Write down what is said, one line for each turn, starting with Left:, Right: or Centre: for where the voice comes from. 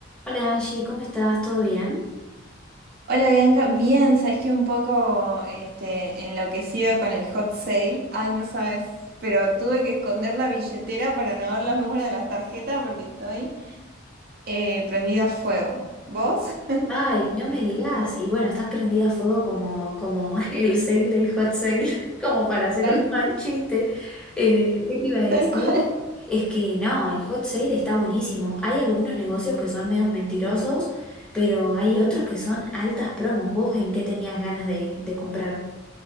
Centre: Hola Angie, ¿cómo estás? ¿Todo bien?
Right: Hola Bianca, bien, sabes que un poco este, enloquecida con el hot sale. Ay, no sabes, pero tuve que esconder la billetera para no ver los números de las tarjetas porque estoy eh, prendida a fuego. ¿Vos? <laughs>
Centre: Ay, no me digas. Y bueno, estás prendida a fuego como, como <laughs> el sale del hot sale, <laughs> como para hacer
Right: Tal,
Centre: un mal chiste. Eh, ¿qué te iba a decir?
Right: tal cual.
Centre: Es que no, el hot sale está buenísimo. Hay algunos negocios que son medios mentirosos, pero hay otros que son altas promos. ¿Vos en qué tenías ganas de, de comprar?